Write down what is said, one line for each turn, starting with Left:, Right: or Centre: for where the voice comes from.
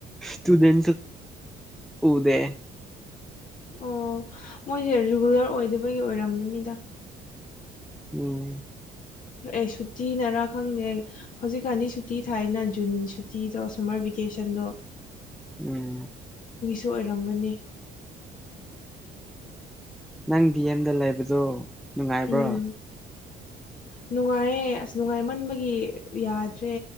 Centre: ꯁꯇꯨꯗꯦꯟꯒ ꯎꯗꯦ
Left: ꯑꯣ ꯃꯣꯏꯁꯦ ꯔꯤꯒꯨꯂꯔ ꯑꯣꯏꯗꯕꯒꯤ ꯑꯣꯏꯔꯝꯒꯅꯤꯗ
Centre: ꯎꯝ
Left: ꯑꯦ ꯁꯨꯇꯤꯅꯔꯥ ꯈꯪꯗꯦ ꯍꯧꯖꯤꯛꯀꯥꯟꯗꯤ ꯁꯨꯇꯤ ꯊꯥꯏꯅ ꯖꯨꯟꯒꯤ ꯁꯨꯇꯤꯗꯣ ꯁꯝꯃꯔ ꯚꯦꯀꯦꯁꯟꯗꯣ
Centre: ꯎꯝ
Left: ꯁꯨ ꯑꯣꯏꯔꯝꯕꯅꯤ
Centre: ꯅꯪ ꯗꯤ ꯗꯦꯝꯗ ꯂꯩꯕꯗꯣ ꯅꯨꯡꯉꯥꯏꯕ꯭ꯔꯣ
Left: ꯎꯝ ꯅꯨꯡꯉꯥꯏꯌꯦ ꯑꯁ ꯅꯨꯡꯉꯥꯏꯃꯟꯕꯒꯤ ꯌꯥꯗ꯭ꯔꯦ